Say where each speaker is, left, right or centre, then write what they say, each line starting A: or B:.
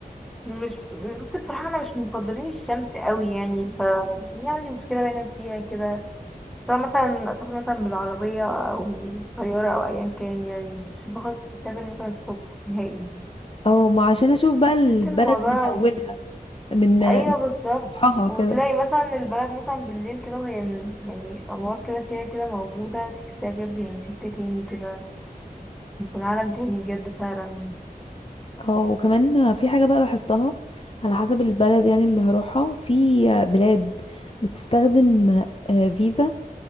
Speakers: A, in the centre; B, on the left.
A: مش بس بصراحة انا مش مفضلين الشمس قوي يعني ف يعني عندي مشكلة دايما فيها كده سواء مثلا أسافر مثلا بالعربية أو طيارة أو أيا كان يعني مش بحب خالص أسافر مثلا الصبح نهائي
B: اه ما عشان اشوف بقى البلد
A: بحس إن الموضوع
B: من اولها من من
A: أيوه بالظبط
B: صبحها
A: وتلاقي
B: كده
A: مثلا البلد مثلا بالليل كده وهي من- يعني أنوار كده فيها كده موجودة تحسها بجد يعني شكل تاني كده بيكون عالم تاني بجد فعلا
B: اه وكمان في حاجة بقى لاحظتها على حسب البلد يعني اللي هروحها في بلاد بتستخدم آه، فيزا